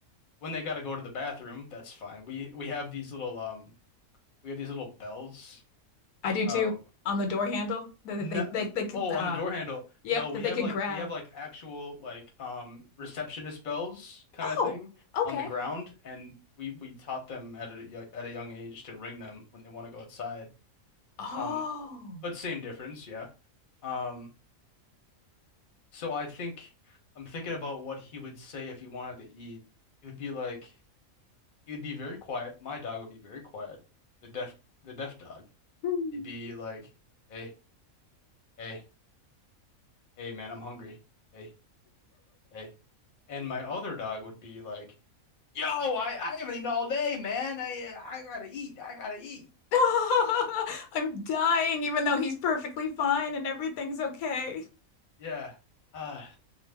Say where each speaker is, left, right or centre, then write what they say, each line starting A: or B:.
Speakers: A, on the left; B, on the left.
A: When they got to go to the bathroom, that's fine. We we have these little um we have these little bells.
B: I do
A: Uh
B: too. On the door handle that
A: No,
B: they, they, they, can,
A: oh,
B: uh,
A: on the door handle.
B: yep,
A: No, we
B: that they
A: have
B: can
A: like
B: grab.
A: we have like actual like um receptionist bells kind
B: Oh,
A: of thing
B: okay.
A: on the ground, and we we taught them at a yo- at a young age to ring them when they want to go outside.
B: Oh.
A: Um, but same difference, yeah. Um, so I think I'm thinking about what he would say if he wanted to eat. He would be like he would be very quiet. My dog would be very quiet. The deaf the deaf dog.
B: Hmm.
A: He'd be like, hey, hey, hey, man, I'm hungry. Hey. Okay. And my other dog would be like, "Yo, I, I haven't eaten all day, man. I I gotta eat. I gotta eat."
B: <laughs> I'm dying, even though he's perfectly fine and everything's okay.
A: Yeah. Uh,